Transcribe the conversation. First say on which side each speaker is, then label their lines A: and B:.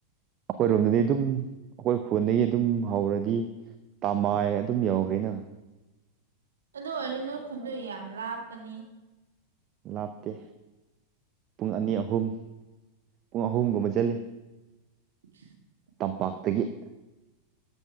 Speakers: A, on the right; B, on the right.
A: ꯑꯩꯈꯣꯏꯔꯣꯝꯗꯗꯤ ꯑꯗꯨꯝ ꯑꯩꯈꯣꯏ ꯈꯨꯣꯟꯗꯒꯤ ꯑꯗꯨꯝ ꯍꯧꯔꯗꯤ ꯇꯝꯃꯥꯏ ꯑꯗꯨꯝ ꯌꯥꯎꯈ꯭ꯔꯦꯅ
B: ꯑꯗꯨ ꯑꯣꯏꯔꯗꯤ ꯅꯣꯏ ꯈꯨꯟꯗꯣ ꯌꯥꯝ ꯂꯥꯞꯄꯅꯤ
A: ꯂꯥꯞꯇꯦ ꯄꯨꯡ ꯑꯅꯤ ꯑꯍꯨꯝ ꯄꯨꯡ ꯑꯍꯨꯝꯒꯨꯝꯕ ꯆꯜꯂꯤ
B: <unintelligible>
A: ꯇꯝꯄꯥꯛꯇꯒꯤ